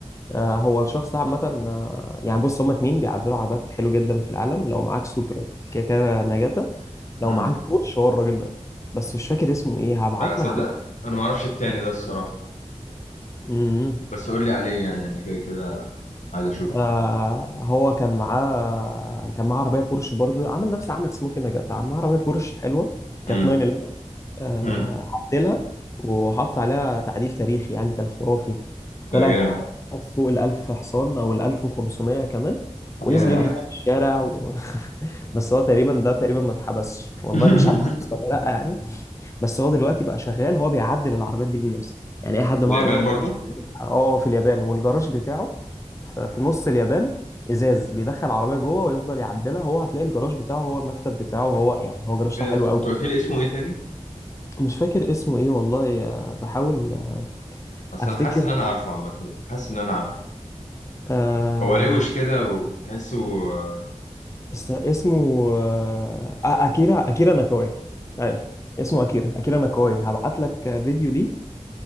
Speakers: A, on the left; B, on the left.
A: أه هو الشخص ده عامه آه، يعني بص هما اتنين بيعدلوا عربيات حلو جدا في العالم لو معاك سوبرا كده كده نجاتا لو
B: امم
A: معاك بورش هو الراجل ده بس مش فاكر اسمه ايه هبعت
B: لا تصدق
A: لك
B: انا ما اعرفش التاني ده الصراحه
A: ايه
B: بس قول لي عليه يعني انا كده كده عايز اشوف
A: آه هو كان معاه كان معاه عربيه بورش برضه عمل نفس عملت سموكي نجات معاه عربيه بورش حلوه
B: امم
A: كانت 911 آه،
B: امم
A: عدلها وحط عليها تعديل تاريخي يعني كان خرافي طلعت
B: ايه ده جامد
A: فوق الألف حصان أو الألف وخمسمية كمان ونزل
B: ياه
A: يجري في الشارع و... <laughs> بس هو تقريبا ده تقريبا ما اتحبسش والله
B: <laughs>
A: مش عارف اتحبس ولا لأ يعني بس هو دلوقتي بقى شغال هو بيعدل العربيات دي للناس يعني أي حد
B: اليابان
A: معاه عربية
B: برضو
A: اه في اليابان والجراج بتاعه ف- في نص اليابان إزاز بيدخل عربية جوه ويفضل يعدلها هو هتلاقي الجراج بتاعه هو المكتب بتاعه هو يعني هو جراج
B: إيه
A: حلو
B: ده؟
A: قوي
B: انت قلت لي اسمه ايه تاني
A: مش فاكر اسمه ايه والله آه، بحاول آه،
B: اصل
A: افتكر
B: انا حاسس ان انا عارفه عامه حاسس ان انا عارفه
A: آه
B: هو روش كده وتحسه آه،
A: است- اسمه آه آه، اكيرا اكيرا ناكاوي ايوه اسمه اكيرا اكيرا ناكاوي هبعت لك آه، فيديو ليه